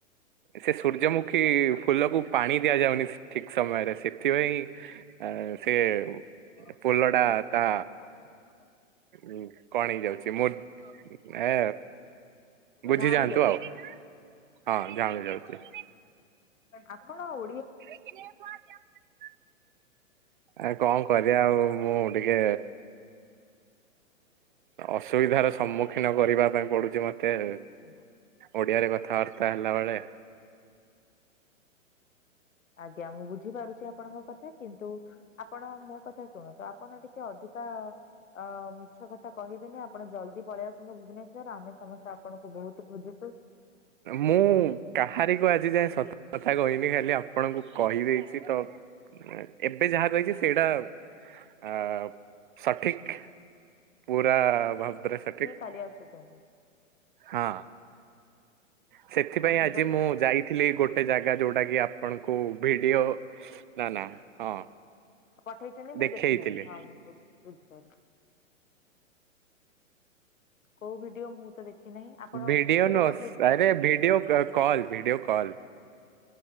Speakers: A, on the right (about 40°); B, on the left (about 75°).
A: ସେ ସୂର୍ଯ୍ୟମୁଖୀ ଫୁଲକୁ ପାଣି ଦିଆଯାଉନି ଠିକ୍ ସମୟରେ ସେଥିପାଇଁ ଆ ସେ
B: <unintelligible>
A: ପୋଲ ଟା ତା ଉଁ କଣ ହେଇଯାଉଛି ମୁଁ ଏ ବୁଝିଯାଆନ୍ତୁ
B: ଝାଉଁଳି ଯାଉଛି।
A: ଆଉ। ହଁ ଝାଉଁଳି ଯାଉଚି।
B: ଆପଣ ଓ
A: <unintelligible> ଆ କଣ କରିବା ଆଉ ମୁଁ ଟିକେ ଅସୁବିଧାର ସମ୍ମୁଖୀନ କରିବା ପାଇଁ ପଡ଼ୁଚି ମତେ।
B: <unintelligible>
A: ଓଡ଼ିଆରେ କଥାବାର୍ତ୍ତା ହେଲା ବେଳେ।
B: ଆଜ୍ଞା ମୁଁ ବୁଝିପାରୁଛି ଆପଣଙ୍କ କଥା କିନ୍ତୁ ଆପଣ ମୋ କଥା ଶୁଣନ୍ତୁ ଆପଣ ଟିକେ ଅଧିକା ଅ ମିଛ କଥା କହିବେନି ଆପଣ ଜଲ୍ଦି ପଳେଇ ଆସନ୍ତୁ ଭୁବନେଶ୍ୱର ଆମେ ସମସ୍ ତେ ଆପଣଙ୍କୁ ବୋହୁତୁ ଖୋଜୁଚୁ ସେଥିପାଇଁ।
A: ମୁଁ କାହାରିକୁ ଆଜି ଯାଏଁ ସତ କଥା କହିନି ଖାଲି ଆପଣଙ୍କୁ କହିଦେଇଚି ତ ଏବେ ଯାହା କହିଛି ସେଇଟା ଆ ସଠିକ୍। ପୁରା ଭାବରେ ସଠିକ୍।
B: ଚାଲି ଆସୁଛନ୍ତି।
A: ହଁ। ସେଥିପାଇଁ
B: ପ୍ୟାକିଂ
A: ଆଜି
B: କରି
A: ମୁଁ ଯାଇ ଥିଲି ଗୋଟେ ଜାଗା ଯୋଉଟା କି ଆପଣଙ୍କୁ ଭିଡ଼ିଓ ନା ନା ହଁ
B: ପଠେଇଛନ୍ତି ମୁଁ
A: ଦେଖେଇଥିଲି
B: ଦେଖିନାହିଁ ହଁ ବୁ ବୁଝି ପାରୁ କୋଉ ଭିଡ଼ିଓ ମୁଁ ତ ଦେଖି ନାହିଁ ଆପଣ
A: ଭିଡ଼ିଓ
B: ସେଥିରେ
A: ନୁହଁ
B: ପଠେଇ
A: ସ ଆରେ ଭିଡ଼ିଓ କ କଲ୍ ଭିଡ଼ିଓ କଲ୍।